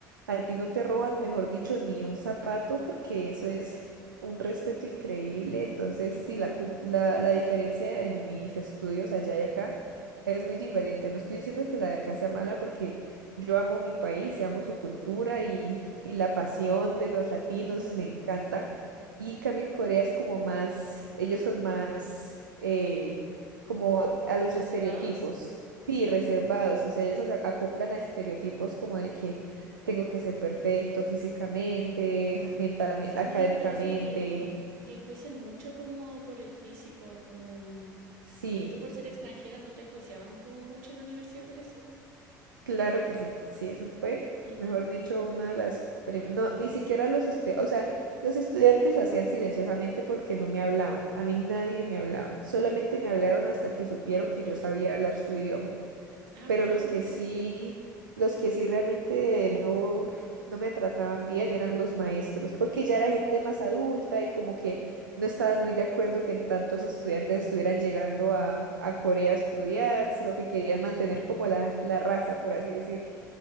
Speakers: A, on the right; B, on the right.
A: a ti no te roban, mejor dicho, ni un zapato, porque eso es un respeto increíble. Entonces,
B: ujú,
A: sí, la, cul- la, la diferencia en mis estudios allá y acá es muy diferente. No estoy diciendo que la de acá sea mala porque yo amo mi país y amo su cultura y, <laughs> y la pasión de los latinos
B: ujú.
A: me encanta. Y en cambio en Corea es como más, ellos son más eh, como a los
B: ¿Reservados?
A: estereotipos, sí, reservados. O sea, ellos se acoplan a estereotipos como de que tengo que ser perfecto físicamente, mentalmente,
B: Sí,
A: académicamente.
B: parece que, que enjuician mucho como por el físico, como... mm,
A: Sí.
B: ¿Tú por ser extranjera no te enjuiciaban como mucho en la universidad por eso?
A: Claro que sí, sí, eso fue,
B: Ujú.
A: mejor dicho, una de las... prim- No, ni siquiera los estudiantes, o sea, los estudiantes lo hacían silenciosamente porque no me hablaban, a mí nadie me hablaba, solamente me hablaron hasta que supieron que yo sabía hablar su idioma
B: Ah,
A: pero
B: wow.
A: los que sí, los que sí realmente no, no me trataban bien eran los maestros, porque ya era gente más adulta y como que no estaba muy de acuerdo que tantos estudiantes estuvieran llegando a, a Corea a estudiar, sino que querían mantener como la, la raza, por así decirlo.